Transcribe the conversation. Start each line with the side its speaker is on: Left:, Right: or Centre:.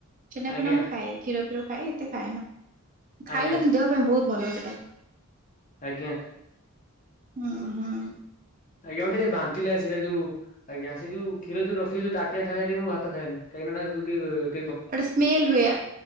Right: ଛେନା
Left: ଆଜ୍ଞା
Right: ଫେନା ମୁଁ ଖାଏ ଷୀର ଖାଏ ଏତେ ଖାଏ ନା ଖାଇଲେ
Left: ଆଜ୍ଞା
Right: କିନ୍ତୁ ଦେହ ପାଇଁ ବହୁତ ଭଲ ସେଟା।
Left: ଆଜ୍ଞା।
Right: ହଁ ହଁ।
Left: ଆଜ୍ଞା। ମତେ ଟିକେ ବାନ୍ତିି ଲାଗେ ସେଟା ଯୋଉ ଆଜ୍ଞା ସେ ଯୋଉ କ୍ଷୀର ଯୋଉ ରଖିୋଉ ତାଟିଆ ଥାଳିରେ ମୁଁ ଭାତ ଖାଏନି। କୋଇନାଟା <unintelligible>
Right: ଗୋଟେ ସ୍ମେଲ ହୁଏ